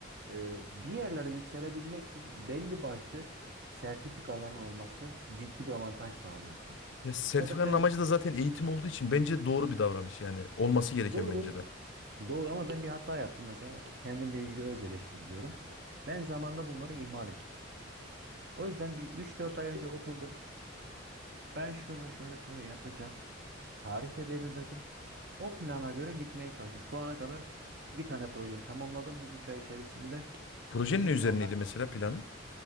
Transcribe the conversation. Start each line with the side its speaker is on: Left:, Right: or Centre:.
Right: e, bir yerlere yükselebilmek için belli başlı sertifikaların olması ciddi bir avantaj sağlıyor sana.
Left: Ya sertifikanın
Right: Fakat ben
Left: amacı da zaten eğitim olduğu için bence doğru bir davranış yani. Olması gereken
Right: doğru,
Left: bence de.
Right: doğru ama ben bir hata yaptım. Mesela kendimle ilgili öz eleştiri diyorum. Ben zamanda bunları ihmal ettim. O yüzden bir üç dört ay önce oturdum. Ben şunu şunu şunu yapacağım. Tarih de belirledim. O plana göre gitmeye çalıştım. Şu ana kadar bir tane projeyi tamamladım bu 3 ay içerisinde.
Left: Projenin
Right: İnşallah
Left: ne üzerineydi mesela planın?